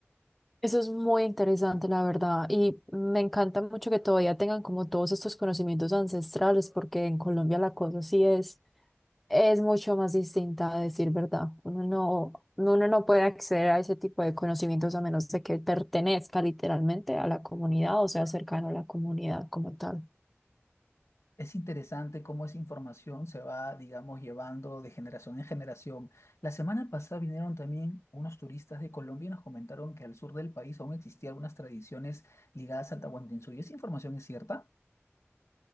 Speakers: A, in the centre; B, on the left.
A: Eso es muy interesante, la verdad, y me encanta mucho que todavía tengan como todos estos conocimientos ancestrales, porque en Colombia la cosa sí es, es mucho más distinta, a decir verdad. Uno no, uno no puede acceder a ese tipo de conocimientos a menos de que pertenezca literalmente a la comunidad o sea cercano a la comunidad como tal.
B: Es interesante cómo esa información se va, digamos, llevando de generación en generación. La semana pasada vinieron también unos turistas de Colombia y nos comentaron que al sur del país aún existían algunas tradiciones ligadas al Tahuantinsuyo. ¿Esa información es cierta?